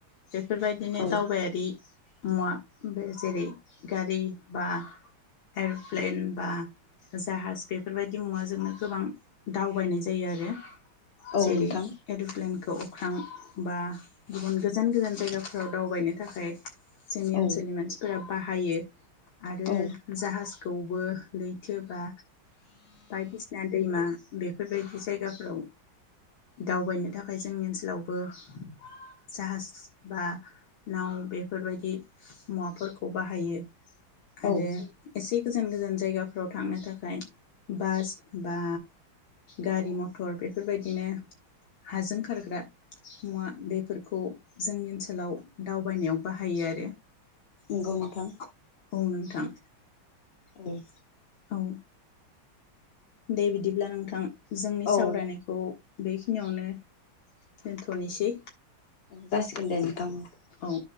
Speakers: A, on the left (about 70°); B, on the left (about 55°).
A: बेफोरबायदिनो
B: औ
A: दावबायारि मुवा बे जेरै गारि बा एर'प्लेन बा जाहाज बेफोरबायदि मुवाजोंनो गोबां दावबायनाय जायो आरो
B: औ
A: जेरै
B: नोंथां
A: एर'प्लेन बेखौ अख्रां बा गुबुन गोजान गोजान जायगाफोराव दावबायनो थाखाय जोंनि ओनसोलनि
B: औ
A: मानसिफोरा बाहायो आरो
B: औ
A: जाहाज खौबो लैथोबा बायदिसिना दैमा बेफोरबायदि जायगाफोराव दावबायनो थाखाय जोंनि ओनसो सोलावबो जाहाज बा नाव बेफोरबायदि मुवाफोरखौ बाहायो आरो
B: औ
A: एसे गोजान गोजान जायगाफ्राव थांनो थाखाय बास बा गारि मथर बेफोरबायदिनो हाजों खारग्रा मुवा बेफोरखौ जोंनि ओनसोलाव दावबायनायाव बाहायो आरो
B: नंगौ नोंथां
A: औ नोंथां
B: उम
A: औ दे बिदिब्ला नोंथां जोंनि
B: औ
A: सावरायनायखौ बेखिनियावनो दोनथ'नोसै
B: जासिगोनदे नोंथां <inaudible>
A: औ